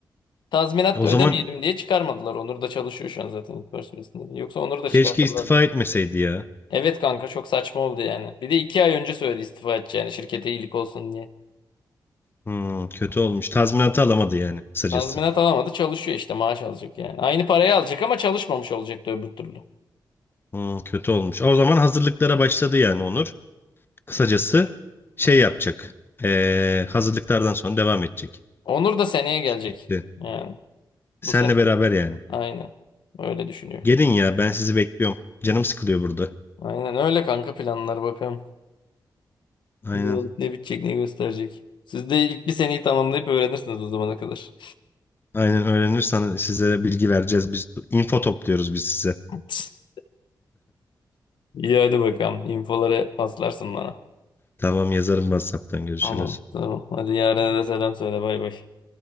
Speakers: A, on the left (about 85°); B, on the left (about 30°).
A: Tazminat
B: E, O
A: ödemeyelim
B: zaman
A: diye çıkarmadılar. Onur da çalışıyor şu an zaten ilk personelinde. Yoksa Onur'u da
B: keşke
A: çıkartırlardı.
B: istifa etmeseydi ya.
A: Evet kanka çok saçma oldu yani. Bir de iki ay önce söyledi istifa edeceğini şirkete iyilik olsun diye.
B: Hmm, kötü olmuş. Tazminatı alamadı yani kısacası.
A: Tazminat alamadı çalışıyor işte maaş alacak yani. Aynı parayı alacak ama çalışmamış olacaktı öbür türlü.
B: Hmm, kötü olmuş. O zaman hazırlıklara başladı yani Onur. Kısacası şey yapacak. Ee, hazırlıklardan sonra devam edecek.
A: Onur da seneye gelecek.
B: Şimdi
A: Yani
B: senle
A: bu sene.
B: beraber yani.
A: Aynen. Öyle düşünüyor.
B: Gelin ya ben sizi bekliyorum. Canım sıkılıyor burada.
A: Aynen öyle kanka planlar bakalım.
B: Aynen.
A: Ne olup ne bitecek ne gösterecek. Siz de ilk bir seneyi tamamlayıp öğrenirsiniz o zamana kadar.
B: Aynen öğrenirsen sizlere bilgi vereceğiz. Biz info topluyoruz biz size.
A: <laughs> İyi hadi bakalım. İnfoları paslarsın bana.
B: Tamam yazarım WhatsApp'tan görüşürüz.
A: Tamam tamam. Hadi yarın da selam söyle bay bay.